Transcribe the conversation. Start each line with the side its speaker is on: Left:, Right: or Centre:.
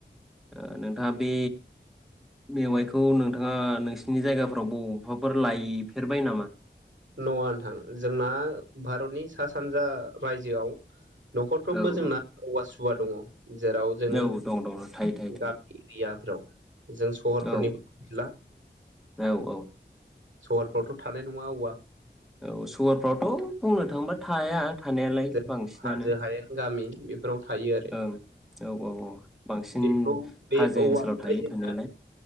Centre: ओ नोंथाङा बे मेवायखौ नोंथाङा नोंसिनि जायगाफोराव बबावबाफोर लायफेरबाय नामा?
Right: नङा नोंथां जोंना भारतनि सा सानजा रायजोआव न'खरफ्रोमबो
Centre: औ
Right: जोंना
Centre: औ
Right: औवा सुबा दङ। जेराव जों
Centre: औ दं दं थायो थायो
Right: गामि एरियाफ्राव जों सहरफोरनिखौ
Centre: थायो
Right: मिथिला
Centre: औ औ
Right: सहरफ्रावथ' थानाय नङा औवा
Centre: औ सहरफ्रावथ बुंनो थांबा थाया थानायालाय
Right: जे
Centre: बांसिनानो
Right: हाजो हायेन गामि बेफोराव थायो आरो
Centre: ओं औ औ बांसिन
Right: बेखौ बे
Centre: हाजो
Right: औवानिफ्राय
Centre: ओनसोलाव थायो
Right: जोंहा
Centre: थानायालाय